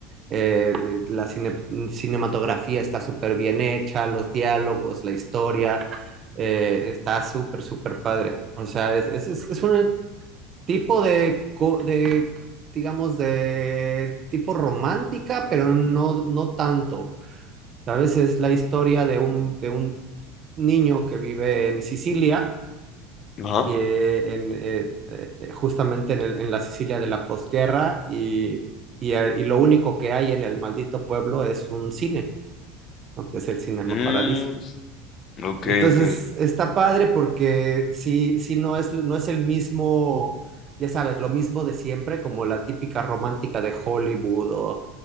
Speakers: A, on the right; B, on the left.
A: eh, la cine- cinematografía está súper bien hecha, los diálogos, la historia, eh, está súper, súper padre. O sea, es, es- es- es un tipo de, co- de, digamos, de tipo romántica, pero no, no tanto. ¿Sabes? Es la historia de un, de un niño que vive en Sicilia
B: Ajá.
A: eh, en, eh, eh, eh, justamente en, el- en la Sicilia de la posguerra y, y, eh, y lo único que hay en el maldito pueblo es un cine, ¿no? que es el Cinema
B: Mm,
A: Paradiso.
B: ok,
A: Entonces
B: ok.
A: está padre porque sí, sí no es, no es el mismo, ya sabes, lo mismo de siempre, como la típica romántica de Hollywood o